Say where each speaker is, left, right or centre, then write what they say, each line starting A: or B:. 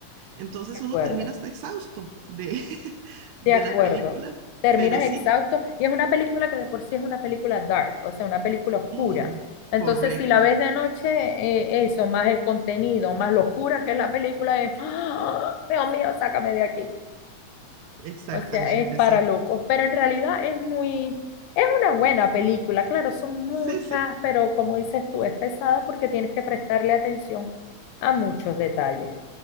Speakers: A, on the right; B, on the left.
A: Entonces
B: de acuerdo,
A: uno termina hasta exhausto de, <laughs>
B: de
A: de
B: acuerdo.
A: la película,
B: Terminas
A: pero sí.
B: exhausto y es una película que de por sí es una película dark, o sea, una película oscura.
A: ujú,
B: Entonces,
A: Correcto.
B: si la ves de noche, eh, eso, más el contenido, más lo oscura que es la película, es, ¡Ah! Dios mío, sácame de aquí.
A: Exactamente,
B: O sea, es para
A: sí.
B: locos, pero en realidad es muy, es una buena película. Claro, son muchas,
A: Sí, sí,
B: pero como dices tú, es pesada porque tienes que prestarle atención a muchos detalles.